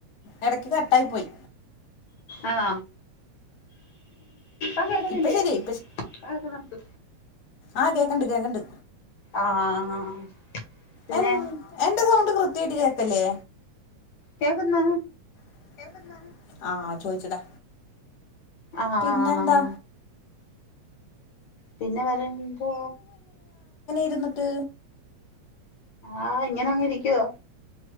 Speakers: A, on the left; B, on the left.
A: ഇടക്ക് കട്ടായി പോയി
B: ആഹ അതക്കണില്ലേ
A: ഇപ്പൊ ശരിയായി
B: അതൊക്കെ നമക്ക്
A: ആഹ് കേക്കണ്ട് കേക്കണ്ട്
B: ആഹ് ആ ആ പിന്നെ
A: എൻ എന്റെ സൗണ്ട് കൃത്യായിട്ട് കേക്കല്ലേ
B: കേൾക്കുന്നു
A: <unintelligible> ആഹ് ചോദിച്ചതാ
B: ആഹ ആ
A: പിന്നെന്താ
B: ആ പിന്നെ പറയുമ്പോ
A: ഇര്ന്നിട്ട്
B: ആഹ് ഇങ്ങനെ അങ്ങരി ക്കുവാ